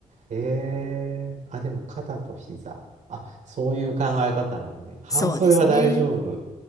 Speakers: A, on the right; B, on the left.
A: ええあ、でも肩と膝。あ、そういう考え方なのね。半袖は大丈夫。
B: そうですね。